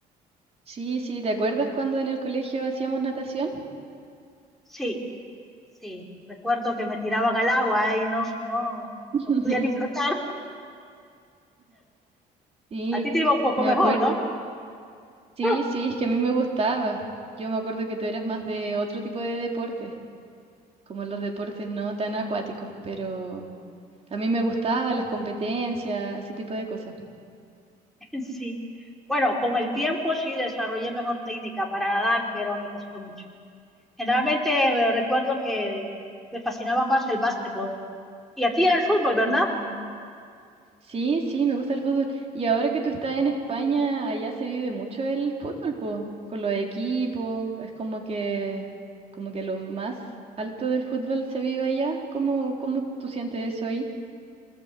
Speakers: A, on the right; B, in the centre.
A: Sí, sí, ¿te acuerdas cuando en el colegio hacíamos natación?
B: Sí, sí, recuerdo que me tiraban al agua y no, no,
A: <laughs>
B: no podía ni flotar.
A: Sí,
B: A ti te iba un poco
A: me
B: mejor,
A: acuerdo.
B: ¿no?
A: Sí,
B: <laughs>
A: sí, es que a mí me gustaba. Yo me acuerdo que tú eras más de otro tipo de deportes, como los deportes no tan acuáticos, pero a mí me gustaban las competencias, ese tipo de cosas.
B: Sí. Bueno, con el tiempo sí desarrollé mejor técnica para nadar, pero me costó mucho. Generalmente eh, recuerdo que me fascinaba más el básquetbol. Y a ti era el fútbol, ¿verdad?
A: Ujú. Sí, sí, me gusta el fútbol. Y ahora que tú estás en España, allá se vive mucho el fútbol, po, con los equipos, es como que, como que lo más alto del fútbol se vive allá. ¿Cómo, cómo tú sientes eso ahí?